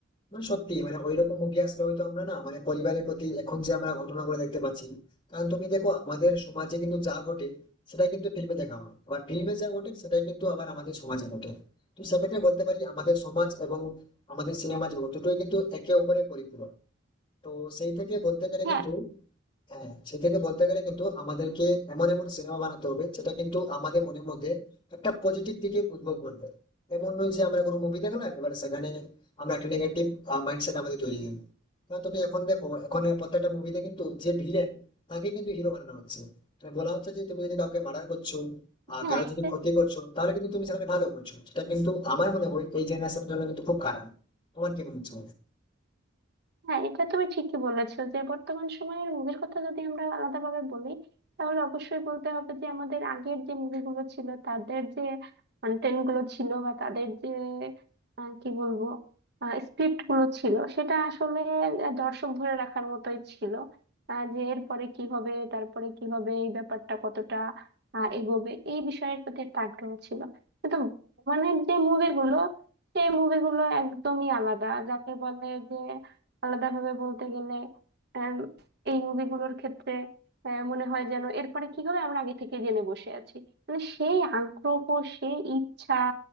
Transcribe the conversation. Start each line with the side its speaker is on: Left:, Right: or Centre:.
Left: মানে সত্যি মানে ওইরকম মুভি আসলে হয়তো আমরা না মানে পরিবারের প্রতি এখন যে আমরা ঘটনাগুলো দেখতে পাচ্ছি কারণ তুমি দেখো আমাদের সমাজে কিন্তু যা ঘটে সেটা কিন্তু ফিল্মে দেখা হয় আবার ফিল্মে যা ঘটে সেটাই কিন্তু আবার আমাদের সমাজে ঘটে তো সেক্ষেত্রে বলতে পারি আমাদের সমাজ এবং আমাদের সিনেমা জগৎ দুটোই কিন্তু একে অপরের পরিপূরক তো সেই থেকে বলতে গেলে
Right: হ্যাঁ
Left: কিন্তু হ্যাঁ সেই থেকে বলতে গেলে কিন্তু আমাদেরকে এমন এমন সিনেমা বানাতে হবে যেটা কিন্তু আমাদের মনের মধ্যে একটা পজিটিভ দিকে উদ্ভব করবে এমন নয় যে আমরা কোনো মুভি দেখলাম এবার সেখানে আমরা একটা নেগেটিভ মাইন্ডসেট আমাদের তৈরি হয়ে গেলো। কারণ তুমি এখন দেখো এখন প্রত্যেকটা মুভিতে কিন্তু যে ভিলেন তাকে কিন্তু হিরো বানানো হচ্ছে তুমি বলা হচ্ছে যে তুমি যদি কাউকে মার্ডার করছো আর
Right: হ্যাঁ
Left: কারো
Right: এটা
Left: যদি ক্ষতি করছো তাহলে কিন্তু তুমি সেখানে ভালো করছো সেটা কিন্তু আমার মনে হয় এই জেনারেশনের জন্য কিন্তু খুব খারাপ তোমার কি মনে হচ্ছে
Right: হ্যাঁ এটা তুমি ঠিকই বলেছো যে বর্তমান সময়ের মুভির কথা যদি আমরা আলাদাভাবে বলি তাহলে অবশ্যই বলতে হবে যে আমাদের আগের যে মুভিগুলো ছিল তাদের যে কন্টেন্ট গুলো ছিল বা তাদের যে আহ, কি বলবো স্ক্রিপ্ট গুলো ছিল সেটা আসলে আহ, দর্শক ধরে রাখার মতোই ছিল আহ, যে এরপরে কি হবে তারপরে কি হবে এই ব্যাপারটা কতটা আহ, এগোবে এই বিষয়ের প্রতি একটা আগ্রহ ছিল কিন্তু বর্তমানের যে মুভিগুলো সেই মুভিগুলো একদমই আলাদা যাকে বলে যে আলাদাভাবে বলতে গেলে আম, এই মুভিগুলোর ক্ষেত্রে আহ, মনে হয় যেন এরপরে কি হবে আমরা আগে থেকে জেনে বসে আছি মানে সেই আগ্রহ সেই ইচ্ছা